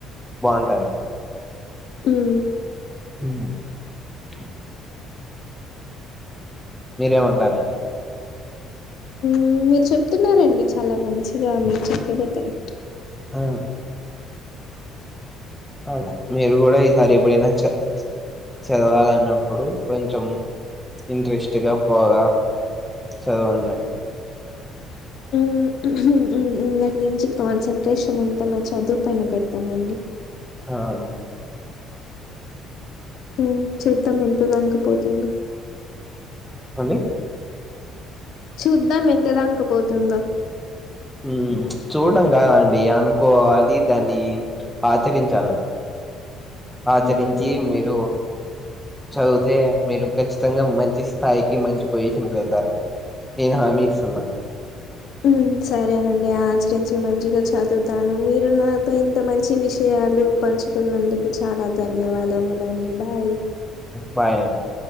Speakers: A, in the centre; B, on the left (about 55°).
A: బావుంటదా
B: ఉమ్
A: ఉహ్ హు మీరేమంటరండి.
B: ఉమ్ మీరు చెప్తున్నారండి. చాలా మంచిగా మీరు చెప్పేదే కరక్ట్.
A: ఆ అవును మీరు గూడా ఈసారి ఎప్పుడైనా చ ఆ చ చదవాలన్నప్పుడు. కొంచెం ఇంట్రెస్ట్గా బోగా చదవాన్డ
B: ఉమ్ మ్ మ్మ్గాట్ నుంచి కాన్సన్ట్రేషన్ అంతా. నా చదువు పైన పెడతానండి.
A: ఆవ్
B: ఉమ్ చూద్దాం ఎంత దాంకపోతుందో.
A: అండి
B: చూద్దాం ఎంత దాన్కపోతుందో
A: ఉమ్ చూడం కాదండి. అనుకోవాలి దాని ఆచరించాలండ్ ఆచరించి.
B: హ్మ్.
A: మీరు చదివితే మీరు ఖచ్చితంగా మంచి స్థాయికి, మంచి పొజిషన్ కి వెళ్తారండి. నేను హామి ఇస్తున్నా.
B: ఉమ్ సరేనండి ఆచరించి మంచిగా చదువ్తాను. మీరు నాతో ఇంత మంచి విషయ లు పంచుకున్నందుకు చాలా ధన్యవాదములండి. బాయ్
A: బాయండి.